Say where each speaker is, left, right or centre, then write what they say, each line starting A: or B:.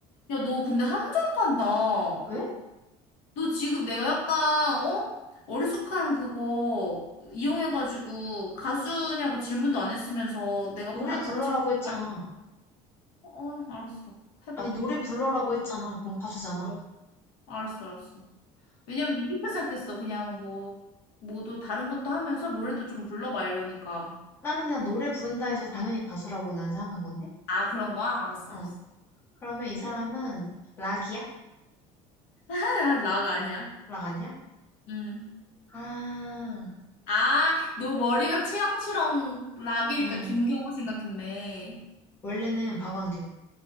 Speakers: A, on the left; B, on the left.
A: 야, 너 근데 함정 판다.
B: 왜?
A: 너 지금 내가 약간, 어? 어리숙한 그거 이용해가지고 가수냐고 질문도 안 했으면서 내가
B: 노래
A: 바,
B: 불러라고
A: 갑자기,
B: 했잖아.
A: 발- 어, 알았어. 해봐.
B: 아니, 노래 불러라고 했잖아. 그럼 가수잖아.
A: 어, 알았어, 알았어. 왜냐면 난 이렇게 생각했어. 그냥 뭐, 뭐도 다른 것도 하면서 노래도 좀 불러봐 이러니까.
B: 나는 그냥 노래 부른다 해서 당연히 가수라고 난 생각한 건데?
A: 아, 그런 거야? 알았어,
B: 어.
A: 알았어.
B: 그러면 이 사람은
A: 그래. <laughs>
B: 락이야?
A: 아, 아, 락 아니야.
B: 락 아니야?
A: 음.
B: 아,
A: 아, 너 머리가 치렁치렁 락이니까
B: 음.
A: 김경호 생각했네.
B: 원래는 박완규.